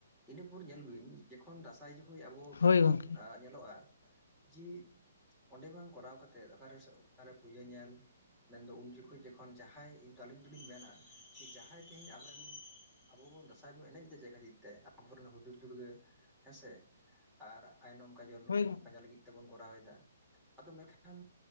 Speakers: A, in the centre; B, on the left (about 85°).
A: ᱤᱱᱟᱹᱯᱚᱨ ᱧᱮᱞ ᱵᱤᱱ ᱡᱚᱠᱷᱚᱱ ᱫᱟᱸᱟᱭ ᱡᱚᱠᱷᱚᱡ ᱟᱵᱚ
B: ᱦᱳᱭ
A: ᱠᱤᱪᱷᱩᱜᱟᱱ
B: ᱜᱚᱝᱠᱮ
A: ᱧᱮᱞᱚᱜᱼᱟ ᱡᱮ ᱚᱸᱰᱮ ᱵᱟᱝ ᱠᱚᱨᱟᱣ ᱠᱟᱛᱮᱫ ᱚᱠᱟᱨᱮ ᱚᱠᱟᱨᱮ ᱯᱩᱡᱟᱹ ᱧᱮᱞ ᱢᱮᱱ ᱫᱚ ᱩᱱ ᱡᱚᱠᱷᱚᱡ ᱡᱚᱠᱷᱚᱱ ᱡᱟᱸᱦᱟᱸᱭ ᱤᱧᱫᱚ ᱟᱹᱞᱤᱧ ᱫᱩᱞᱤᱧ ᱢᱮᱱᱟ ᱡᱟᱦᱟᱸᱭ ᱛᱮᱦᱮᱧ ᱟᱢᱨᱮᱱ ᱟᱵᱚ ᱵᱚᱱ ᱫᱟᱸᱥᱟᱭ ᱵᱚᱱ ᱮᱱᱮᱡ ᱫᱟ ᱪᱮᱫ ᱠᱷᱟᱹᱛᱤᱨ ᱛᱮ ᱟᱵᱚᱨᱮᱱ ᱦᱩᱫᱩᱲᱼ ᱫᱩᱨᱜᱟᱹ ᱦᱮᱸᱥᱮ ᱟᱨ ᱟᱭᱱᱚᱢ ᱠᱟᱡᱚᱞ ᱱᱩᱜᱠᱩ
B: ᱦᱳᱭ ᱜᱚᱝᱠᱮ
A: ᱯᱟᱸᱡᱟ ᱞᱟᱹᱜᱤᱫ ᱛᱮᱵᱚᱱ ᱠᱚᱨᱟᱣ ᱮᱫᱟ ᱟᱫᱚ ᱢᱮᱱᱠᱷᱟᱱ